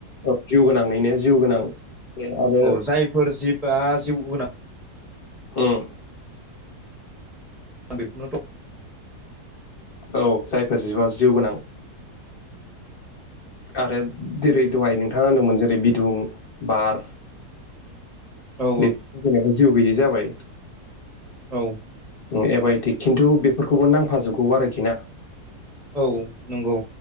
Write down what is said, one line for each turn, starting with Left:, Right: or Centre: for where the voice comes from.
Left: औ जिउ गोनाङैनो जिउ गोनां बे आरो
Centre: औ जायफोर जिबआ जिउ उनाव
Left: उम
Centre: आं बेखौनों थ'
Left: औ जायफोर जिबा जिउ गोनां। आरो जेरै दहाय नोंथाङा होनदोंमोन जेरै बिदुं बार
Centre: औ
Left: बेफोर जेनेबा जिउ गैयै जाबाय।
Centre: औ।
Left: ओं एबाय'टिक खिन्थु बेफोरखौबो नांफाजोबगौ आरोखि ना?
Centre: औ नंगौ।